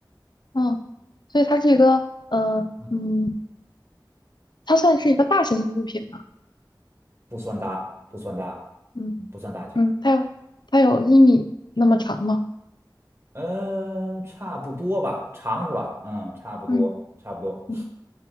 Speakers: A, on the left (about 65°); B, on the right (about 35°).
A: 嗯，所以它是一个呃嗯，
B: 嗯，
A: 它算是一个大型的物品嘛，
B: 不算大，不算大，
A: 嗯
B: 不算大型。
A: 嗯，它有它有一米那么长吗？
B: 嗯、差不多吧，长是吧？嗯，差不多，
A: 嗯
B: 差不多，
A: 嗯，